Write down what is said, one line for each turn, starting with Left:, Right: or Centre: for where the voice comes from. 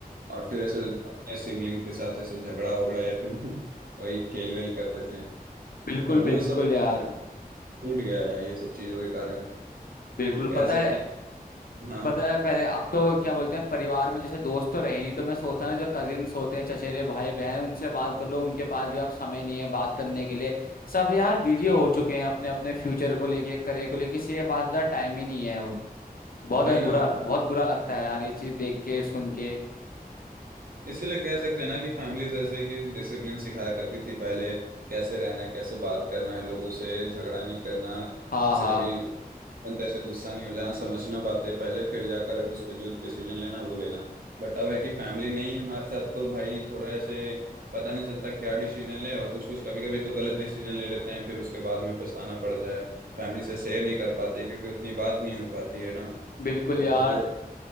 Right: और फिर ऐसे अपने सिबलिंग के साथ ऐसे झगड़ा वगड़ा या फिर <laughs> वही खेल वेल करते थे
Left: बिल्कुल
Right: तो वो
Left: बिल्कुल
Right: सब
Left: यार
Right: टूट गया है ये सब चीजों के कारण
Left: बिल्कुल
Right: कह
Left: पता
Right: सकते
Left: है
Right: हैं हाँ
Left: पता है पहले अब तो क्या बोलते हैं परिवार में जैसे दोस्त तो रहे नहीं तो मैं सोचता ना जो कजिन्स होते हैं चचेरे भाई बहन उनसे बात कर लो उनके पास भी अब समय नहीं है बात करने के लिए सब यार बिजी हो चुके हैं अपने अपने फ्यूचर को लेके करियर को लेके किसी के पास पता टाइम ही नहीं है अब बहुत
Right: वही
Left: बुरा
Right: ना
Left: बहुत बुरा लगता है यार ये चीज देख के सुन के
Right: इसीलिए कह सकते हैं ना कि फैमिली जैसे कि डिसिप्लिन सिखाया करती थी पहले कैसे रहना है कैसे बात करना है लोगों से झगड़ा नहीं करना
Left: हाँ
Right: जैसे
Left: हाँ
Right: कभी तैसे गुस्सा नहीं हो जाना समझना बातें पहले फिर जाकर अगर उस पर जो डिसीजन लेना है वो लेना बट अब है कि फैमिली नहीं है हमारे साथ तो भाई थोड़ा ऐसे पता नहीं चलता क्या डिसीजन ले और कुछ कुछ कभी कभी तो गलत डिसीजन ले लेते हैं फिर उसके बाद में पछताना पड़ता है फैमिली से शेयर नहीं कर पाते क्योंकि उतनी बात नहीं हो पाती है ना
Left: बिल्कुल
Right: तो
Left: यार
Right: वो